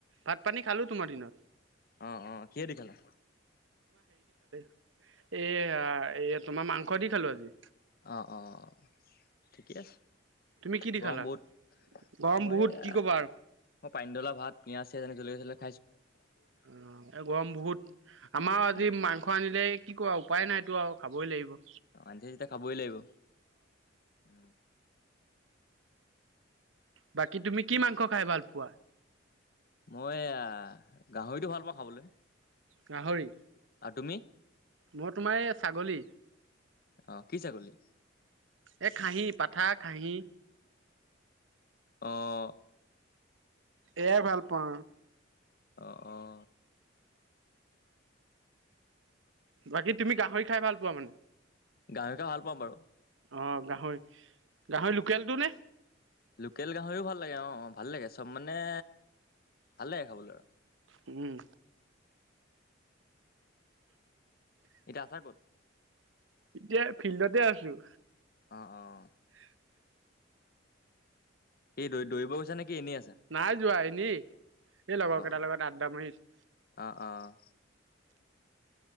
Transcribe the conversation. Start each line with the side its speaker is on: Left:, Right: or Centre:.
Right: ভাত পানী খালো তোমাৰ দিনত
Left: অ অ কি দেখালা
Right: এ এ তোমাৰ মাংস দি খালো আজি
Left: অ', অ', ঠিকে আছে।
Right: তুমি কি দি
Left: গৰম
Right: খালা
Left: বহুত
Right: গৰম
Left: মইয়া
Right: বহুত কি ক'বা আৰু অ
Left: মই পানী ঢলা ভাত পিয়াজ চিয়াজ এনে <unintelligible>
Right: অ', এ গৰম বহুত। আমাৰ
Left: উম,
Right: আজি মাংস আনিলে কি কৰা উপায় নাইটো আৰু খাবই লাগিব।
Left: অ', আনিছা যেতিয়া খাবই লাগিব, উম।
Right: বাকী তুমি কি মাংস খাই ভাল পোৱা?
Left: মই গাহৰিটো ভাল পাওঁ খাবলৈ
Right: গাহৰি
Left: আৰু তুমি
Right: মই তোমাৰ এই ছাগলী
Left: অ কি ছাগলি
Right: এ খাহী পাঠা খাহি
Left: অ'।
Right: এয়াই ভাল পাওঁ আৰু।
Left: অ', অ'।
Right: বাকী তুমি গাহৰি খাই ভাল পোৱা মানে?
Left: গাহৰি খাই ভাল পাওঁ বাৰু।
Right: অ', গাহৰি গাহৰি লোকেলটো নে?
Left: লোকেল গাহৰিও ভাল লাগে অ', ভাল লাগে চব মানে, ভাল লাগে খাবলৈ।
Right: উম।
Left: এতিয়া আছা ক'ত?
Right: এতিয়া ফিল্ডতে আছোঁ।
Left: অ', অ'।
Right: উ
Left: কি দৌ-দৌৰিব গৈছা নে কি এনেই আছা?
Right: নাই যোৱাই এনে। এই লগৰকেইটাৰ
Left: অ',
Right: লগত আড্ডা মাৰিছোঁ।
Left: অ', অ',